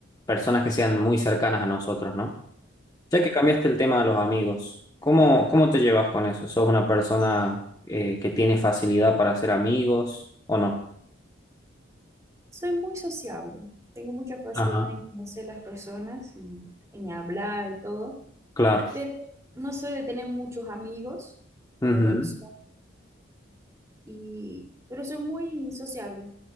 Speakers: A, on the left; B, on the right.
A: personas que sean muy cercanas a nosotros, ¿no? Ya que cambiaste el tema de los amigos, ¿cómo, cómo te llevas con eso? ¿Sos una persona eh, que tiene facilidad para hacer amigos o no?
B: Soy muy sociable, tengo mucha facilidad
A: Ajá,
B: en conocer las personas y en hablar y todo,
A: claro.
B: pero no soy de tener muchos amigos
A: Ujú.
B: por opción, y, pero soy muy sociable,